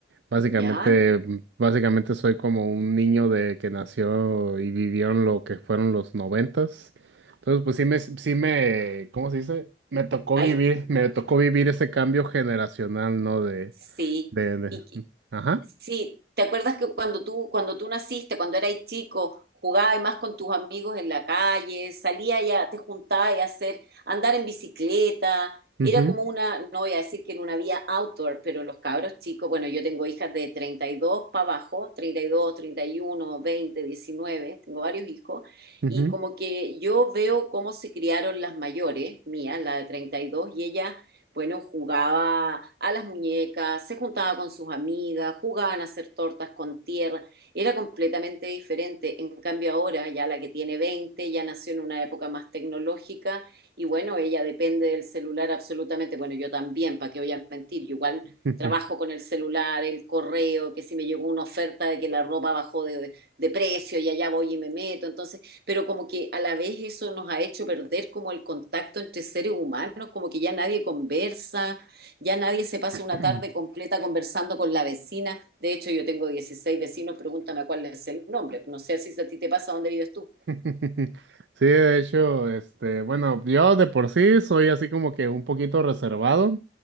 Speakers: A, on the right (about 80°); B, on the right (about 60°).
A: básicamente,
B: ¿ya?
A: mm, básicamente soy como un niño de que nació y vivió en lo que fueron los noventas. Entonces, pues sí me, sí me, ¿cómo se dice? Me tocó
B: Hay
A: vivir, me tocó vivir ese cambio generacional, ¿no? De,
B: Sí,
A: de, de-
B: y que-
A: ajá.
B: sí, ¿te acuerdas que cuando tú, cuando tú naciste, cuando eras chico, jugabas más con tus amigos en la calle, salías ya, te juntabas a hacer, andar en bicicleta,
A: Ujú,
B: era como una, no voy a decir que en una vía outdoor, pero los cabros chicos, bueno, yo tengo hijas de 32 para abajo, treinta treinta y dos treinta y uno veinte diecinueve tengo varios hijos,
A: ujú,
B: y como que yo veo cómo se criaron las mayores, mía, la de 32, y dos, y ellas bueno, jugaba a las muñecas, se juntaba con sus amigas, jugaban a hacer tortas con tierra, era completamente diferente. En cambio ahora, ya la que tiene 20 ya nació en una época más tecnológica y bueno, ella depende del celular absolutamente. Bueno, yo también, ¿para qué voy a mentir? Yo igual
A: ujú.
B: trabajo con el celular, el correo, que si me llegó una oferta de que la ropa bajó de, de precio y allá voy y me meto. Entonces, pero como que a la vez eso nos ha hecho perder como el contacto entre seres humanos, como que ya nadie conversa, ya nadie se pasa
A: <laughs>
B: una tarde completa conversando con la vecina. De hecho, yo tengo 16 vecinos, pregúntame cuál es el nombre. No sé si a ti te pasa, ¿dónde vives tú?
A: <clears throat> Sí, de hecho, este, bueno, yo de por sí soy así como que un poquito reservado.